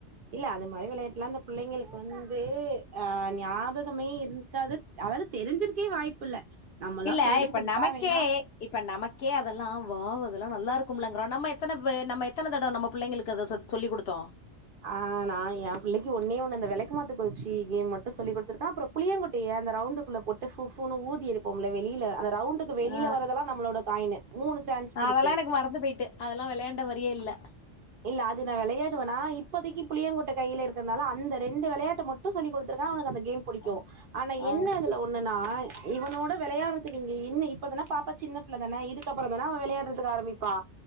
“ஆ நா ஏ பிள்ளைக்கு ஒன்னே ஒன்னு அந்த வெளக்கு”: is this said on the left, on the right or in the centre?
Right